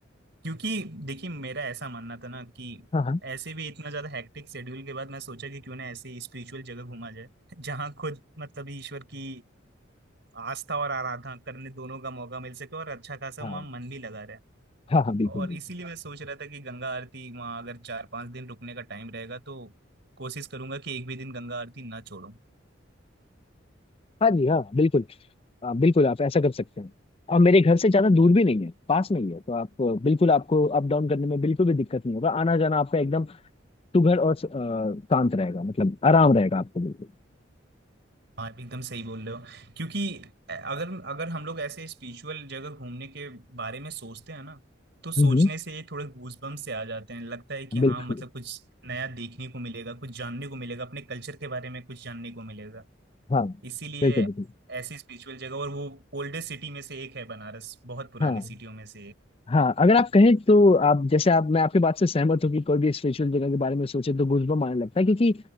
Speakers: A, on the right; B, on the left.
A: क्योंकि देखिए मेरा ऐसा मानना था ना कि
B: हाँ हाँ
A: ऐसे भी इतना ज्यादा हेक्टिक शेड्यूल के बाद मैं सोचा कि क्यों ना ऐसी स्पिरिचुअल जगह घूमा जाए जहाँ खुद मतलब ईश्वर की आस्था और आराधना करने दोनों का मौका मिल सके और अच्छा खासा
B: हाँ
A: वहाँ मन भी लगा रहे
B: हाँ हाँ बिल्कुल
A: और
B: बिल्कुल
A: इसीलिए मैं सोच रहा था कि गंगा आरती वहाँ अगर चार पांच दिन रुकने का टाइम रहेगा तो कोशिश करूंगा कि एक भी दिन गंगा आरती ना छोड़ूं
B: हाँ जी हाँ बिल्कुल आ, बिल्कुल आप ऐसा कर सकते हैं और मेरे घर से ज्यादा दूर भी नहीं है पास में ही है तो आप आ, बिल्कुल आपको अप डाउन करने में बिल्कुल भी दिक्कत नहीं होगा आना जाना आपका एकदम सुघड़ और आ, शांत रहेगा मतलब आराम रहेगा आपको बिल्कुल
A: हाँ आप एकदम सही बोल रहे हो क्योंकि अगर अगर हम लोग ऐसे स्पिरिचुअल जगह घूमने के बारे में सोचते हैं ना तो सोचने
B: हम्म, हम्म,
A: से ये थोड़े गूजबम्प से आ जाते हैं लगता है कि हाँ
B: बिल्कुल
A: मतलब कुछ नया देखने को मिलेगा कुछ जानने को मिलेगा अपने कल्चर के बारे में कुछ जानने को मिलेगा
B: हाँ
A: इसीलिए
B: बिल्कुल बिल्कुल
A: ऐसी स्पिरिचुअल जगह और वो ओल्डेस्ट सिटी में से एक है बनारस बहुत पुरानी
B: हाँ
A: सिटियों में से एक
B: हाँ अगर आप कहें तो आप जैसे आप मैं आपकी बात से सहमत हूँ कि कोई भी स्पिरिचुअल जगह के बारे में सोचे तो गूजबम्प आने लगता है क्योंकि